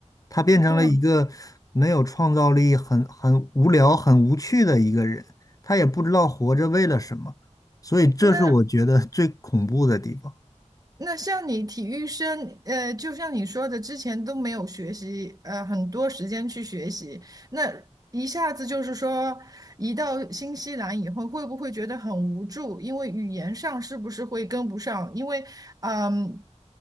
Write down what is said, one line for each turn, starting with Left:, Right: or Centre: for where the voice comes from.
Left: 他变成了一个没有创造力、
Right: 嗯，
Left: 很很无聊、很无趣的一个人，他也不知道活着为了什么，所以这是我觉得最恐怖的地方。
Right: 那那像你体育生，呃，就像你说的，之前都没有学习，呃，很多时间去学习，那一下子就是说，移到新西兰以后，会不会觉得很无助？因为语言上是不是会跟不上？因为，嗯，